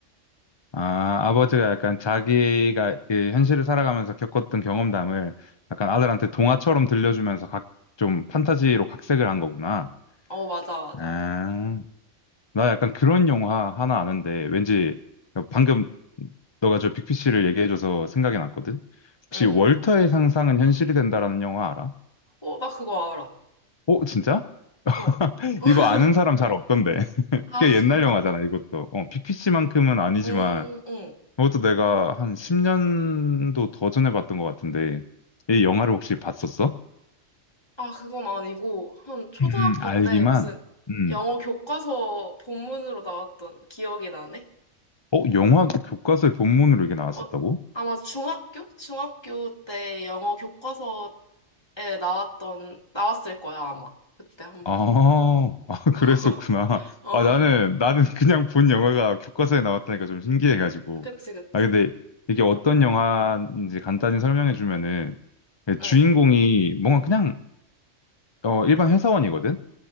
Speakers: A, on the left (about 40°); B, on the left (about 20°).
A: 아, 아버지가 약간 자기가 그 현실을 살아가면서 겪었던 경험담을 약간 아들한테 동화처럼 들려주면서 각 좀 판타지로 각색을 한 거구나.
B: 어, 맞아, 맞아.
A: 아. 나 약간 그런 영화 하나 아는데 왠지 방금 너가 저 빅피씨를 얘기해줘서 생각이 났거든. 혹시
B: 응, 응.
A: 월터의 상상은 현실이 된다라는 영화 알아?
B: 어, 나 그거 알아.
A: 어, 진짜? <laughs>
B: 어. <laughs>
A: 이거 아는 사람 잘 없던데. <laughs>
B: 아,
A: 꽤
B: 진짜?
A: 옛날 영화잖아, 이것도. 어, 빅피씨만큼은
B: 응,
A: 아니지만
B: 응.
A: 그것도 내가 한 10년도 더 전에 봤던 것 같은데 이 영화를 혹시 봤었어?
B: 아, 그건 아니고, 한 초등학교
A: 음, 알기만.
B: 때 무슨
A: 음.
B: 영어 교과서 본문으로 나왔던 기억이 나네?
A: 어, 영화 교과서의 본문으로 이게 나왔었다고?
B: 어, 아마 중학교? 중학교 때 영어 교과서에 나왔던, 나왔을 거야, 아마. 그때 한 번.
A: 아, <laughs> 아,
B: <laughs> 어,
A: 그랬었구나.
B: 어,
A: 아, 나는, 나는 그냥 본 영화가 교과서에 나왔다니까 좀 신기해가지고.
B: 그치, 그치.
A: 아, 근데 이게 어떤 영화인지 간단히 설명해주면은, 그 주인공이
B: 응,
A: 뭔가 그냥, 어, 일반 회사원이거든?